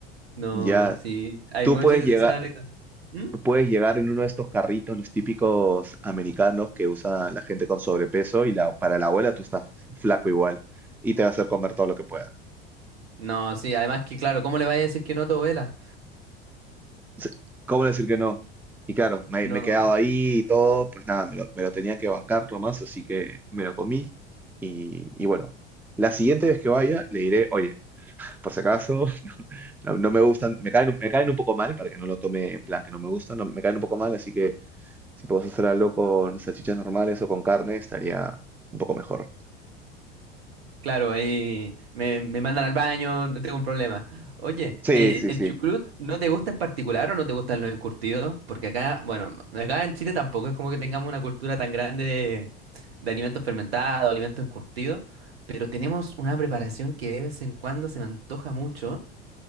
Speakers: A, on the right; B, in the centre.
A: No,
B: Ya,
A: sí, hay
B: tú
A: muchas
B: puedes
A: de
B: llegar,
A: esas anécdotas. ¿Mm?
B: puedes llegar en uno de estos carritos, los típicos americanos que usa la gente con sobrepeso y la, para la abuela tú estás flaco igual y te va a hacer comer todo lo que puedas.
A: No, sí, además que, claro, ¿cómo le vas a decir que no a tu abuela?
B: Sí, ¿Cómo decir que no? Y claro, me,
A: No,
B: me he quedado ahí y todo, pues nada, me lo, me lo tenía que bancar nomás, así que me lo comí. Y, y bueno, la siguiente vez que vaya le diré, oye, por si acaso, <laughs> no, no me gustan, me caen, me caen un poco mal, para que no lo tome en plan que no me gustan, no, me caen un poco mal, así que si puedo hacer algo con salchichas normales o con carne, estaría un poco mejor.
A: Claro, ahí me, me mandan al baño, no tengo un problema. Oye,
B: Sí,
A: eh,
B: sí,
A: ¿el
B: sí.
A: chucrut no te gusta en particular o no te gustan los encurtidos? Porque acá, bueno, acá en Chile tampoco es como que tengamos una cultura tan grande de, de alimentos fermentados, alimentos encurtidos, pero tenemos una preparación que de vez en cuando se me antoja mucho,